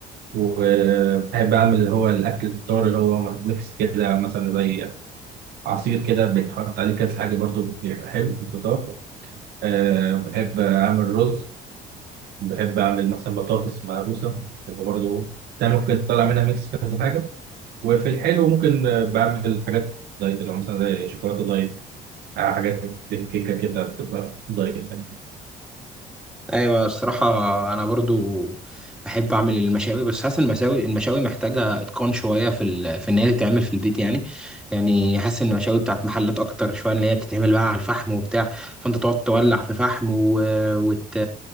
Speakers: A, on the right; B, in the centre.
A: وبحب أعمل اللي هو الأكل الفطار اللي هو ميكس كده مثلا زي عصير كده بيتحط عليه كذا حاجة برضو بيبقى حلو في الفطار أه بحب أعمل رز بحب أعمل مثلا بطاطس مهروسة تبقى برضو ده ممكن تطلع منها ميكس كذا حاجة وفي الحلو ممكن بعمل حاجات دايت لو مثلا زي شوكولاته دايت آه، حاجات كيكه كده بتبقى دايت يعني.
B: ايوه الصراحه انا برضو احب اعمل المشاوي بس حاسس المشاوي المشاوي محتاجه اتقان شويه في ال... في ان هي تتعمل في البيت يعني يعني حاسس ان المشاوي بتاعت محلات اكتر شويه اللي هي بتتعمل بقى على الفحم وبتاع فانت تقعد تولع في فحم و... وت...